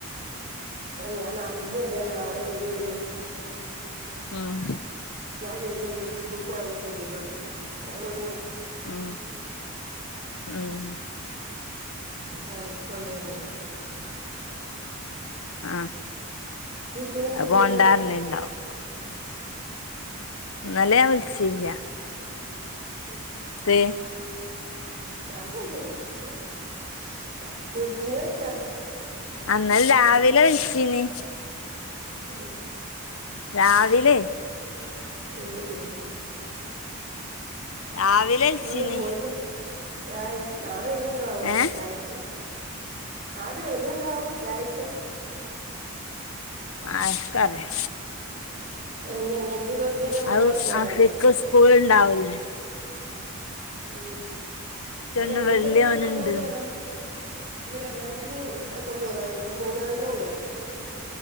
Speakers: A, on the right; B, on the left.
A: ഞാൻ ഇന്നല്ലാ നാളെ വരുള്ളൂ.
B: ഉം ഹ്.
A: വരുയള്ളൂ ജ സ്കൂിൽ പോകുമ്പഴത്തേ വരരുയുള്ളൂ
B: ആഹ ആഹ
A: ബറസ് കൊ കൊണ്ടായിഞ്ഞ
B: ആ
A: <unintelligible>
B: അത് പോണ്ടാർഞ്ഞ്ണ്ടാവും
A: നിങ്ങൾ
B: നില വിളിച്ചല്ല
A: ഉം
B: ദേ
A: <unintelligible>
B: അന്നാൽ രാവിലെ ഒഴിച്ചീന്
A: ആ
B: രാവിലെ
A: ആ ആ
B: രാവിലെ വിളിച്ചീനി
A: ഞങ്ങള് പോയിന്ന ഞ നാ നാളെ വരിണ്ടോ അവലെ
B: ഏഹ്
A: ഞായാഴ്ച അത് വരുണ്ടാവോ വ്യാഴ്ച
B: ആർക്കറിയ
A: <unintelligible> പോന്നാലും
B: അത്
A: പോരാ
B: ആഫിക്ക് സ്കൂൾ ഇണ്ടാവലേ
A: ഉം
B: ഇച്ചൊന്ന്
A: അല്ല ഇനിയിപ്പോ
B: വല്യോന്ണ്ട്ന്ന്
A: എന്തരയാ പോന്നവരണ് ഇപ്പ രണ്ടെണ്ണത്തി കൊണ്ട് വന്നർന്നേ ഇപ്പ മൂന്നെണ്ണത്തി ഉണ്ടായിരണ്ടേ